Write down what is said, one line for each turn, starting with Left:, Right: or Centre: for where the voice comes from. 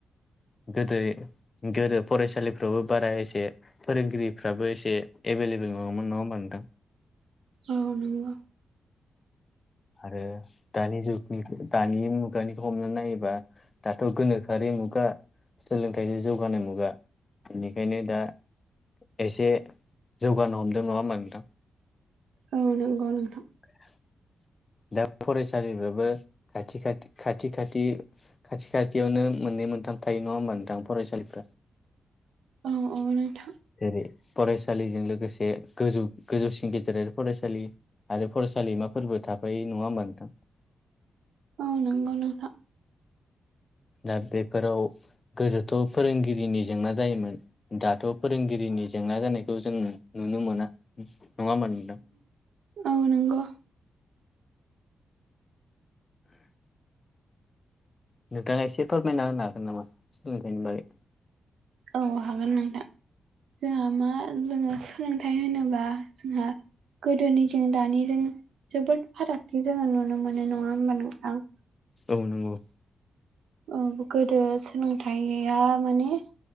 Left: गोदो-गोदो फरायसालिफ्रावबो बारा एसे फोरोंगिरिफ्राबो एसे एभेलेबेल नङामोन नङा होमबा नोंथां?
Right: औ नंगौ
Left: आरो दानि जुग दानि मुगानिखौ हमना नायोबा दाथ' गोनोखोआरि मुगा सोलोंथाइजों जौगानाय मुगा बेनिखायनो दा एसे जौगानो हमदों नङा होमबा नोंथां?
Right: औ नंगौ नोंथां
Left: <inaudible> दा फरायसालिफ्राबो खाथि खा खाथि खाथि खाथि खाथियावनो मोननै मोनथाम थायो नङा होमबा नोंथां फरायसालिफ्रा
Right: औ औ नोंथां
Left: जेरै फरायसालिजों लोगोसे गोजौ गोजौसिं गेजेरारि फरायसालि आरो फरायसालिमाफोरबो थाफायो नङा होमबा नोंथां?
Right: औ नंगौ नोंथां
Left: दा बेफोराव गोदोथ' फोरोंगिरिनि जेंना जायोमोन दाथ' फोरोंगिरिनि जेंना जानायखौ जों नुनो मोना नङा होमबा नोंथां?
Right: औ नंगौ
Left: नोंथाङा एसे फोरमायना होनो हागोन नामा सोलोंथाइनि बागै
Right: औ हागोन नोंथां जोंहा मा जोङो सोलोंथाइ होनोबा जोंहा गोदोनिजों दानिजों जोबोद फारागथि जोङो नुनो मोनो नङा होमबा नोंथां?
Left: औ नंगौ
Right: औ गोदो सोलोंथाइया माने